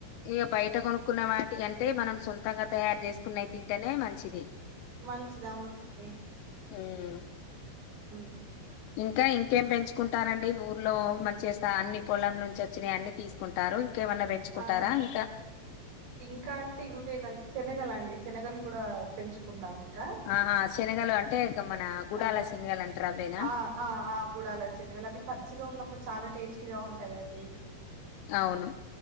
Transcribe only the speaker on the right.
మంచిద్ అవునండి
ఉమ్.
ఆ
ఇంకా అంటే ఇవ్వేనంద్ చేనగలండ్ చేనగలు కూడా పెంచుకుంటాం ఇంకా
ఆహ్
ఆ ఆ ఆ గుడలో చెన్గలవి పచ్చిగా ఉన్నపుడ్ చాలా టేస్ట్గా ఉంటాయండి